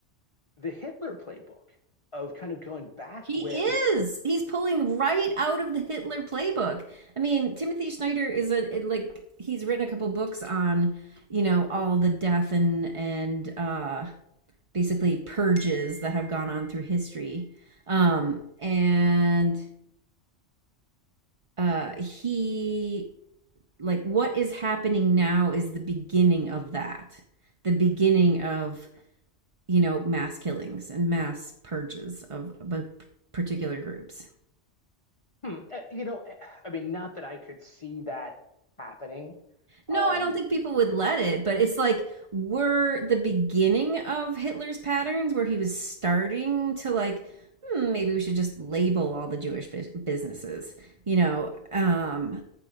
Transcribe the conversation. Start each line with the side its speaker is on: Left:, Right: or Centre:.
Left: the Hitler playbook of kind of going back
Right: He
Left: with,
Right: is. He's pulling right out of the Hitler playbook. I mean, Timothy Snyder is a it- like he's written a couple books on, you know, all the death and and uh basically purges that have gone on through history. Um and uh he like what is happening now is the beginning of that. The beginning of, you know, mass killings and mass purges of, of particular groups.
Left: hmm, uh, you know, uh, I mean, not that I could see that happening. Um,
Right: No, I don't think people would let it, but it's like we're the beginning of Hitler's patterns where he was starting to like, hmm, maybe we should just label all the Jewish bus businesses, you know, um,